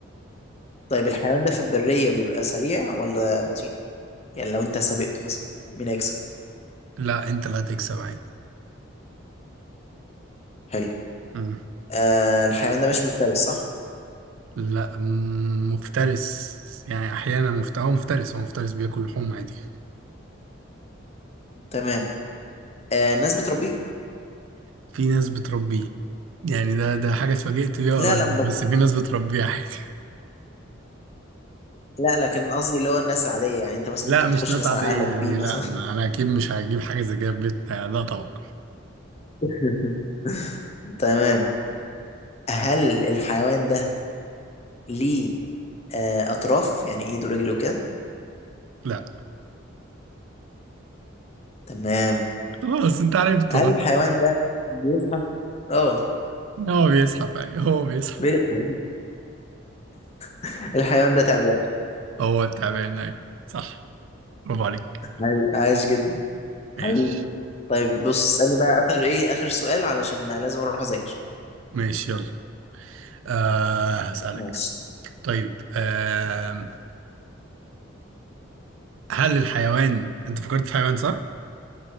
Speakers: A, on the left; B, on the right.
A: طيب الحيوان ده في البرية بيبقى سريع ولا بطيء؟ يعني لو أنت سابقته مثلا مين هيكسب؟
B: لا انت اللي هتكسب عادي
A: حلو
B: مم.
A: آه الحيوان ده مش مفترس صح؟
B: لا مم، مفترس يعني احيانا مفت... هو مفترس هو مفترس بياكل لحوم عادي يعني.
A: تمام آه الناس بتربيه؟
B: في ناس بتربيه يعني ده ده حاجة اتفاجئت بيها
A: لا
B: قريب
A: لا ب-
B: بس في ناس بتربيه عادي
A: لا لكن قصدي اللي هو الناس العادية يعني أنت
B: <laughs>
A: مثلا
B: لا
A: ممكن
B: مش
A: تخش
B: ناس
A: مثلا
B: عادية
A: على أهلك
B: يعني
A: بيه مثلا
B: لا ما انا اكيد مش هجيب حاجة زي كده في بيتنا لا طبعا
A: <laughs> تمام هل الحيوان ده ليه آه، أطراف يعني إيده ورجله كده
B: لا
A: تمام
B: خلاص انت عرفته
A: هل
B: غلط
A: الحيوان ده بيزحف اه
B: هو بيسحب اي هو بيسحب
A: بيزحف <laughs> الحيوان ده تعبان
B: هو التعبان اي صح برافو عليك
A: عاي- عايش جدا
B: ماشي
A: حبيبي طيب بص اسألني بقى آخر إيه آخر سؤال علشان لازم أروح أذاكر
B: ماشي يلا آه هسألك
A: ماشي
B: طيب آه هل الحيوان انت فكرت في حيوان صح؟